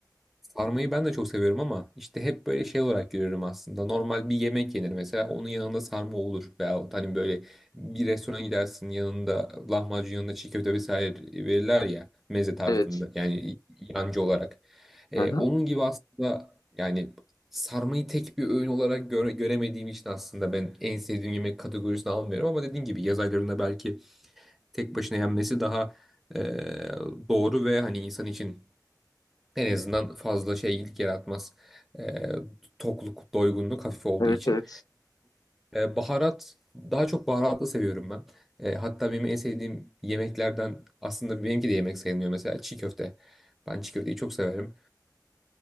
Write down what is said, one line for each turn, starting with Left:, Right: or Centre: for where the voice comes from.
Centre: Sarmayı ben de çok seviyorum ama işte hep böyle şey olarak görüyorum aslında. Normal bir yemek yenir mesela onun yanında sarma olur. Veyahut hani böyle bir restorana gidersin yanında lahmacun yanında çiğ köfte vesaire verirler ya meze tarzında
Left: Evet.
Centre: yani yancı olarak. Ee,
Left: Hı hı.
Centre: onun gibi aslında yani sarmayı tek bir öğün olarak göre- göremediğim için aslında ben en sevdiğim yemek kategorisine almıyorum. Ama dediğin gibi yaz aylarında belki tek başına yenmesi daha e, doğru ve hani insan için en azından fazla şeylik yaratmaz. Ee, tokluk, doygunluk hafif olduğu
Left: Evet
Centre: için.
Left: evet.
Centre: Ee, baharat, daha çok baharatlı seviyorum ben. Ee, hatta benim en sevdiğim yemeklerden aslında benimki de yemek sayılmıyor mesela çiğ köfte. Ben çiğ köfteyi çok severim.